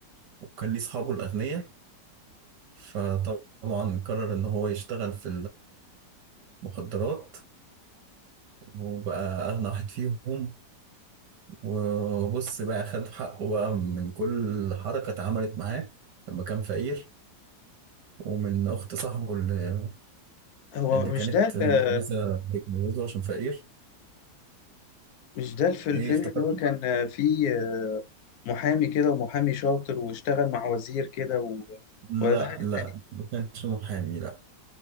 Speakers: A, on the right (about 70°); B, on the left (about 70°).
A: وكان ليه أصحابه الأغنياء فطبعا قرر إن هو يشتغل في المخدرات وبقى أغنى واحد فيهم وبص بقى خد حقه بقى من كل حركة اتعملت معاه لما كان فقير ومن أخت صاحبه اللي,
B: هو
A: اللي
B: مش
A: كانت
B: ده
A: مش
B: ال-
A: عايزة تتجوزه عشان فقير
B: مش ده في الفيلم
A: إيه افتكرته؟
B: اللي هو كان فيه محامي كده ومحامي شاطر واشتغل مع وزير كده و...
A: لا
B: ولا ده حاجة
A: لا
B: تانية
A: ما كانش محامي لا